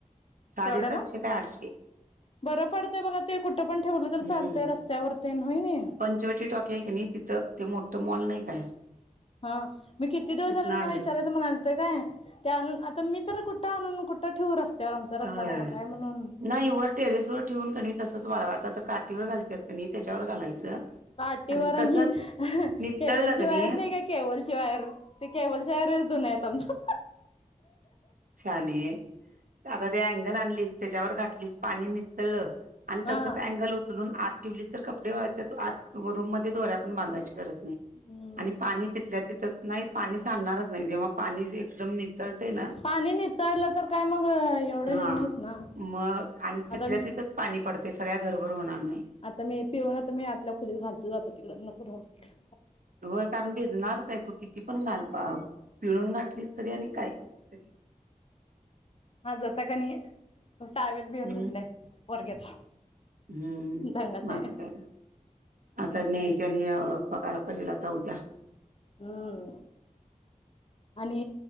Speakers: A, on the right; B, on the left.
A: साडेसातशे
B: केवढ्याला
A: का आठशे
B: बरं पडतंय बघा ते कुठं पण ठेवलं तर
A: हम्म
B: चालतंय रस्त्यावर तेन होई नाय
A: पंचवटी टॉकी आहे की तिथं ते मोठ मॉल नाही काय
B: हा मी किती दिवस
A: तिथनं
B: झालं तुम्हाला
A: आणलय
B: विचारत असं म्हणालतं काय, ते आणून, आता मी तर कुठं आणून कुठं ठेऊ रस्त त्याच्यावर आमचा रस्ता
A: होय
B: बारकाय म्हणून
A: नाही वर टेरेस वर ठेवून क णी तसच वाळवायच, आता काठीवर घालत्यास कनी त्याच्यावर घालायचं
B: काटीवर
A: आणि तसंच
B: हि,
A: नितळलं
B: केबलची
A: कणी
B: वायर नाही काय केबलची वायर ते केबलची वायरच जून हाईत आमचं.
A: शाने. आता ते अँगल आणलीस, त्याच्यावर घातलीस, पाणी नितळलं, आणि
B: हा
A: तसच अँगल उचलून आत ठेवलीस तर कपडे वाळत्यात, आत रूम मध्ये दोऱ्या पण बांधायची गरज नाही,
B: हम्म
A: आणि पाणी तिथल्या तिथंच नाही पाणी सांडनारच नाही, जेव्हा पाणी एकदम निथळतेना
B: पाणी निथळल तर काय मग
A: हां,
B: हे नाहीच ना
A: मग आणि तिथल्या
B: आता मी
A: तिथंच पाणी पडतय सगळ्या घरभर होणार नाही.
B: आता मी पिळून आता मी आतल्या खोलीत घालतो जातो तिकडं, नको राहुदे तिकंड.
A: होय, कारण भिजणारच हाय, तू किती पण घाल पिळून घातलीस तरी आणि काय केलीस तरी.
B: आज आता क नाही, टावेल बिवेल
A: हम्म
B: धुतलाय पोरग्याचा.
A: हम्म,
B: दंगाच
A: माझं
B: आहे
A: काय, आता
B: आज्जींनी
A: न्यायच न्यावं बघायला पाहिेजेल आता उद्या.
B: हम्म,, आणि